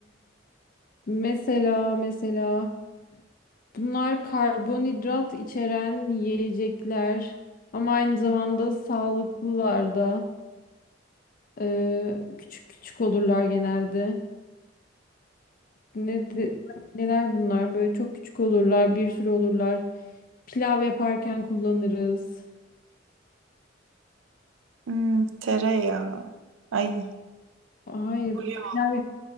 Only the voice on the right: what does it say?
Hmm, tereyağı. Ay.
Bulyon.